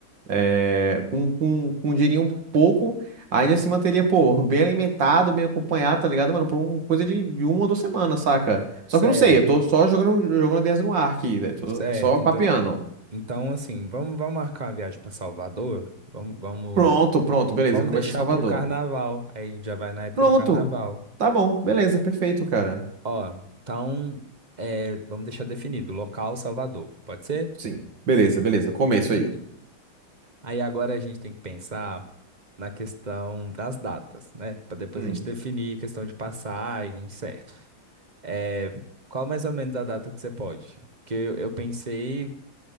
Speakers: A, on the right; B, on the right.
A: é, com, com, com um dinheirinho pouco, ainda se manteria, pô, bem alimentado, bem acompanhado, tá ligado, mano? Por uma coisa de, de uma ou duas semanas, saca? Só
B: Certo,
A: que eu não sei, eu tô só jogando, jogando ideias no ar aqui, né? Tô
B: certo.
A: só papeando.
B: Então, Então, assim, vamos, vamos marcar uma viagem para Salvador? Vamos, vamos,
A: Pronto, pronto, beleza,
B: vamos
A: começa
B: deixar
A: em Salvador.
B: para o carnaval. Aí a gente já vai na época
A: Pronto,
B: do carnaval.
A: tá bom, beleza, perfeito, cara.
B: Ó, então, é, vamos deixar definido, local Salvador, pode ser?
A: Sim, beleza, beleza, começo
B: Hum.
A: aí.
B: Aí agora a gente tem que pensar na questão das datas, né? Para depois
A: Hum.
B: a gente definir questão de passagem, certo? É, qual mais ou menos a data que você pode? Porque eu, eu pensei,